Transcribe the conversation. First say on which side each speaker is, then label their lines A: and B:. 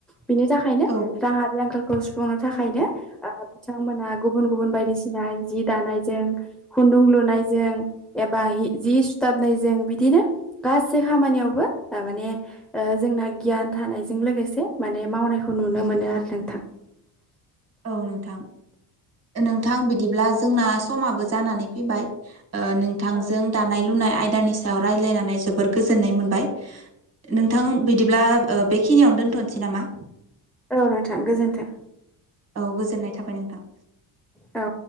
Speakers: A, in the centre; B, on the right.
A: बिनि थाखायनो
B: औ
A: राङारि आंखालखौ सुफुंनो थाखायनो ओ बिथांमोना गुबुन गुबुन बायदिसिना जि दानायजों खुन्दुं लुनायजों एबा जि सुथाबनायजों बिदिनो गासै खामानियावबो माने जोंना गियान थानायजों लोगोसे माने मावनाय खौ नुनो मोनो आरो नोंथां
B: औ नोंथां नोंथां बिदिब्ला जोंना समाबो जानानै फैबाय ओ नोंथांजों
A: औ
B: दानाय लुनाय आयदानि सायाव रायज्लायनानै जोबोर गोजोननाय मोनबाय। नोंथां बिदिब्ला ओ बेखिनियावनो दोन्थ'नोसै नामा?
A: औ नोंथां गोजोनथों
B: औ गोजोननाय थाबाय नोंथां
A: औ